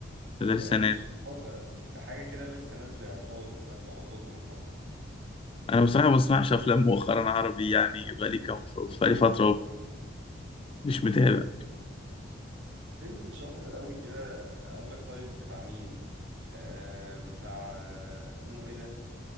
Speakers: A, on the left (about 30°); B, on the right (about 65°).
A: ده لسه
B: م- آه، مش
A: نازل
B: من فتره لا يعني ده حاجه كده لسه نازله يعتبر بس انا اتلخبطت قلت من فتره
A: أنا بصراحة ما بسمعش أفلام مؤخرا عربي يعني بقالي كام بقالي فترة مش متابع
B: فيلم اتشهر قوي كده آه، اقول لك طيب بتاع مين آه، بتاع آه، اسمه ايه ده